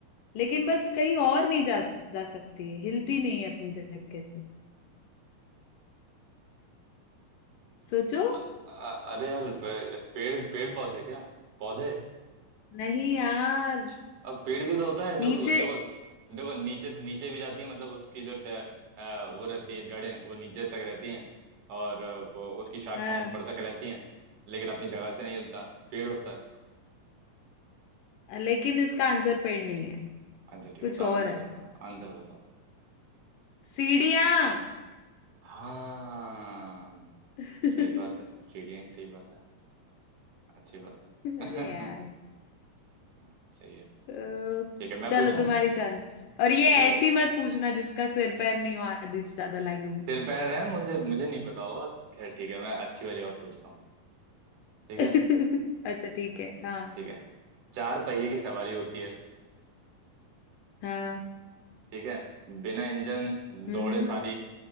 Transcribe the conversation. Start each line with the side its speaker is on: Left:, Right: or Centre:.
Left: लेकिन बस कहीं और नहीं जा जा सकती है हिलती नहीं है अपनी जगह से सोचो
Right: अ- अ- अरे यार ब- पेड़ पेड़ पौधे क्या पौधे
Left: नहीं यार
Right: अब पेड़ भी तो होता है जो
Left: नीचे
Right: देखो देखो नीचे नीचे भी जाती है मतलब उसकी जो ट- अ, वो रहती है जड़ें वो नीचे तक रहती हैं और अ, वो उसकी शाखाएं
Left: हाँ
Right: ऊपर तक रहती हैं लेकिन अपनी जगह से नहीं हिलता पेड़ होता है
Left: लेकिन इसका आंसर पेड़ नहीं है
Right: अच्छा ठीक
Left: कुछ
Right: है तो आंसर
Left: और है
Right: बता आंसर बताओ तो
Left: सीढ़ियाँ
Right: हाँ
Left: <laughs>
Right: सही बात है सीढ़ियाँ ही सही बात है अच्छी बात
Left: अरे
Right: है
Left: यार
Right: <laughs> हाँ, सही है
Left: अ,
Right: ठीक है मैं
Left: चलो
Right: पूछूं
Left: तुम्हारी चांस और ये
Right: ठीक
Left: ऐसी
Right: है ठीक है
Left: मत पूछना जिसका सिर पैर नहीं हो आधी से ज्यादा लाइनों में
Right: सिर पैर है मुझे मुझे नहीं पता होगा खैर ठीक है मैं अच्छी वाली और पूछता हूँ ठीक
Left: <laughs>
Right: है
Left: अच्छा ठीक है हाँ
Right: ठीक है चार पहिए की सवारी होती है
Left: हाँ
Right: ठीक है बिना इंजन
Left: हम्म
Right: दौड़े सारी